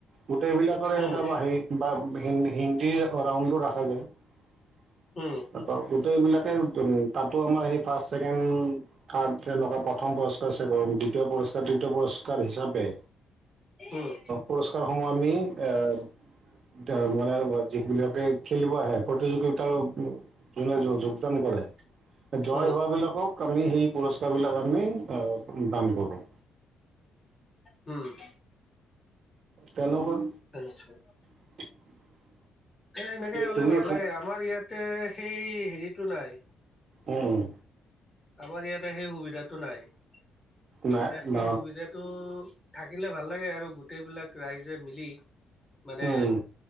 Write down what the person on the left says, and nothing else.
উম
উম
উম
উম
উম
আচ্ছা
এ এনেকে
হলে
ভাল
লাগে আমাৰ ইয়াতে সেই হেৰিটো নাই
আমাৰ ইয়াতে সেই সুবিধাতো নাই এতিয়া
সেই
সুবিধাত টো থাকিলে ভাল লাগে আৰু গোটেইবিলাক ৰাইজে মিলি মানে